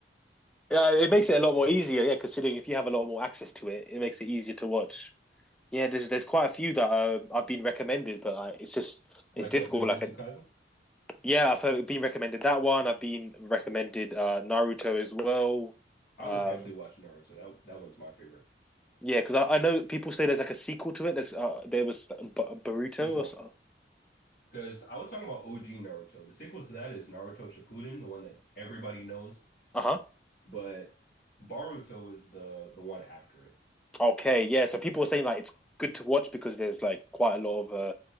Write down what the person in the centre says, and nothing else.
it makes it a lot more easier. Yeah, considering if you have a lot more access to it, it makes it easier to watch. Yeah, there's there's quite a few that uh, I've been recommended, but like, it's just it's
difficult.
Like,
yeah, I've heard, been recommended that one. I've been recommended uh, Naruto as well.
Um,
yeah, because I, I know people say there's like a sequel to it. There's uh, there was uh, B Boruto
or so.
Uh-huh.
Okay, yeah. So people are saying like it's good to watch because there's like quite a lot of uh,